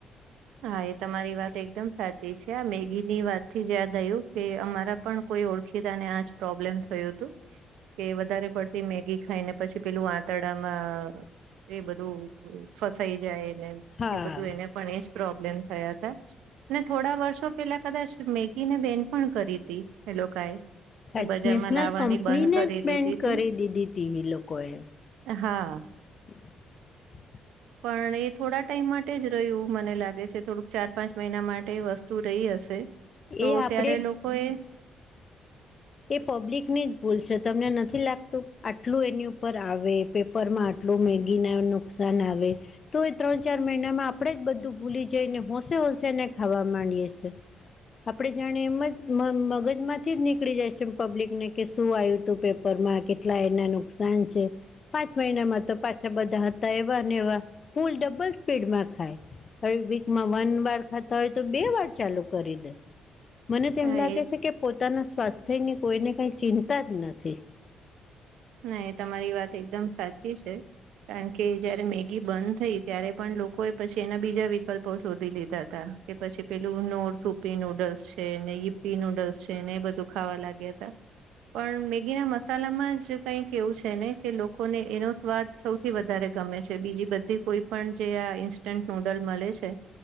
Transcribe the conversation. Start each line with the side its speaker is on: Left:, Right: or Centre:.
Right: હા, એ તમારી વાત એકદમ સાચી છે. આ મેગીની વાત થી જ યાદ આયું કે અમારા પણ કોઈ ઓળખીતાને આજ પ્રોબ્લેમ થયું તું કે વધારે પડતી મેગી ખાઈને પછી પેલું આંતરડામાં. એ બધું ફસાઈ જાય એને
Left: હા
Right: એ બધું એને પણ એજ. પ્રોબ્લેમ થયા હતા. ને થોડા વર્ષો પેલા કદાચ મેગીને બેન પણ કરી હતી એ લોકોએ.
Left: સાચ
Right: કે બજારમાં
Left: નેશનલ
Right: લાવવાની
Left: કંપનીને
Right: બંધ કરી
Left: જ પન્ડ
Right: દીધી હતી
Left: કરી દીધી તી એ લોકોએ.
Right: હા.
Left: <inaudible>
Right: પણ એ થોડા ટાઈમ માટે જ રહ્યું મને લાગે. થોડુંક ચાર પાંચ મહિના માટે વસ્તુ રહી હશે તો
Left: એ આપણે
Right: ત્યારે લોકો એ.
Left: એ પબ્લિકની જ ભૂલશે તમને નથી લાગતું આટલું એની ઉપર આવે પેપરમાંટ. તો મેગી ના નુકસાન આવે તો એ ત્રણ ચાર મહિનામાં આપણે જ બધું ભૂલી જઈને હોશે. ને ખાવા માંડીએે છીએ આપડે જાણીએ એમ જ મગજ માંથી જ નીકળી જાય છે. પબ્લિકને કે શું આવ્યું તું પેપરમાં કેટલા એના નુકસાન છે પાંચ મહિનામાં તો. પાછા બધા હતા એવાને એવા ફૂલ ડબલ સ્પીડમાં ખાય. હવે વીકમાં વન વાર ખાતા હોય તો બે વાર ચાલુ કરી દે. મને તેમ
Right: હા
Left: લાગે
Right: એજ
Left: છે કે પોતાના સ્વાસ્થ્યની કોઈને કઈ ચિંતા જ નથી.
Right: ના તમારી વાત એકદમ સાચી છે. કારણ કે જયારે મેગી બંધ થઈ ત્યારે પણ લોકોએ પછી એના બીજા વિકલ્પો શોધી લીધા હતા. કે પછી પેલું ન સૂપી નુડલ્સ છે ને. પી નૂડલ્સ છે ને એ બધું ખાવા લાગ્યા હતા પણ મેગી ના મસાલામાં જ કંઈક એવું છે. ને કે લોકોને એનો સ્વાદ સૌથી વધારે ગમે છે બીજી બધી કોઈ પણ જે ઈન્સ્ટન્ટ નૂડલ મળે છે.